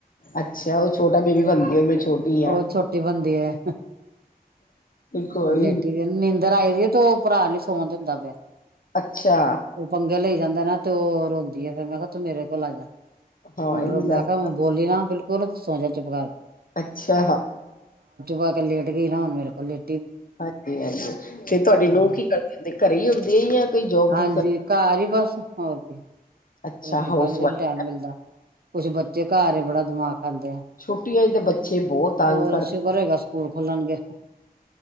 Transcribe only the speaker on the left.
ਅੱਛਾ ਉਹ ਛੋਟਾ ਬੇਬੀ ਬਣਦੀ ਹੋਈ ਮੈਂ ਛੋਟੀ
ਆ
ਕੋਈ
ਨੀ
ਅੱਛਾ
ਹਾਂ
ਇਹ ਵੀ
ਗੱਲ
ਹੈ।
ਅੱਛਾ।
ਹਾਂਜੀ-ਹਾਂਜੀ ਤੇ ਤੁਹਾਡੀ ਨੂੰਹ
ਕੀ ਕਰਦੀ ਹੁੰਦੀ ਘਰੇ ਹੀ ਹੁੰਦੇ ਆ ਜਾਂ ਕੋਈ ਜੋਬ ਜੂਬ
ਕਰ
ਅੱਛਾ
ਹਾਊਸ
ਵਾਈਫ
ਛੁੱਟੀਆਂ ਚ ਤੇ ਬੱਚੇ ਬਹੁਤ ਤੰਗ